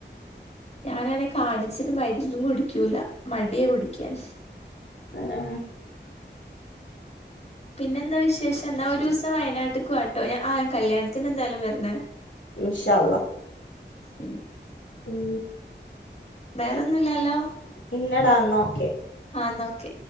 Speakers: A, on the left; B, on the left.
A: ഞാനാണെ കാണിച്ചിട്ട് മരുന്നും കുടിക്കൂല മടിയ കുടിക്കാൻ.
B: ആഹ
A: പിന്നെന്താ വിശേഷം ന്നാ ഒരു ദിവസം വയനാട്ട് ക്വട്ടോയ ആ കല്യാണത്തിന് എന്തായാലും വരന്നേ
B: ഇമ്ഷ അള്ളാ
A: മ്
B: ഉം
A: വേറൊന്നുല്ലല്ലോ
B: ഇല്ലടാ ന്നാ ഓക്കേ
A: ആഹ് എന്നാ ഓക്കെ